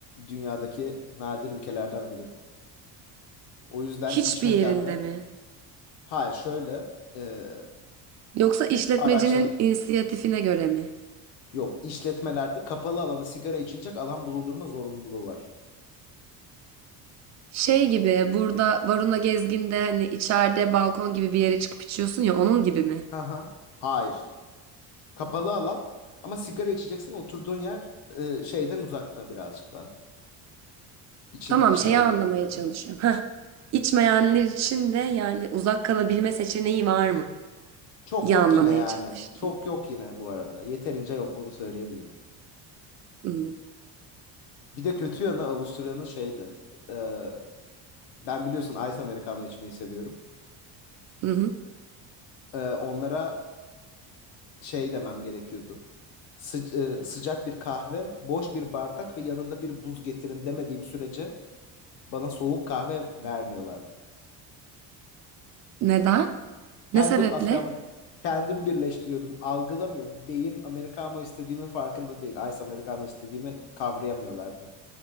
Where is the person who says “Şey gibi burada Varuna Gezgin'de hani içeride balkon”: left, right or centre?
Right